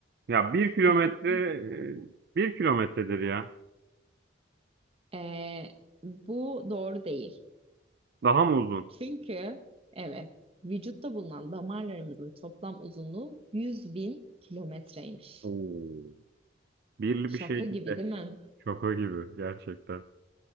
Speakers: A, on the right; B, on the right.
A: Ya bir kilometre
B: <laughs>
A: e, bir kilometredir ya.
B: Ee, bu doğru değil.
A: Daha mı uzun?
B: Çünkü evet vücutta bulunan damarlarımızın toplam uzunluğu 100 bin kilometreymiş.
A: Oo. Birli
B: Şaka
A: bir şeydi
B: gibi
A: de.
B: değil mi?
A: Şaka gibi gerçekten.